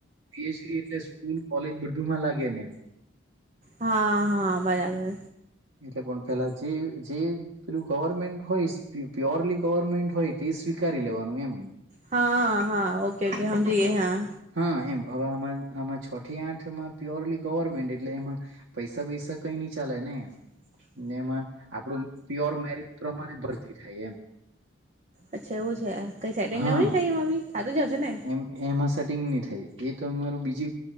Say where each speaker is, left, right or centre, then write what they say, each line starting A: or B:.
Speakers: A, on the right (about 75°); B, on the right (about 35°).
A: પીએચડી એટલે સ્કૂલ કોલેજ બધુંમાં લાગે ને એમ.
B: હા હા બરાબર
A: એટલે પણ પેલા જે જે પેલું ગવર્મેન્ટ હોય પ્યોરલી ગવર્મેન્ટ હોય તે સ્વીકારી લેવાનું. એમ
B: હા હા ઓકે ઓકે હમજી ગઈ હા.
A: હા એમ હવે આ આમાં છ થી આઠમાં પ્યોરલી ગવર્મેન્ટ એટલે એમાં પૈસા બેૈસા કઈ ન ચાલે ને
B: હ..... <inaudible>
A: ને એમાં આપડું પ્યોર મેરિટ પ્રમાણે ભરતી થાય એમ.
B: અચ્છા એવું છે કઈ સેટિંગને
A: હા
B: એવું નઈ થાય એમાં બી. થતું જ હશે ને?
A: એમ એમાં સેટિંગ ની થાય એ તમારુ બીજી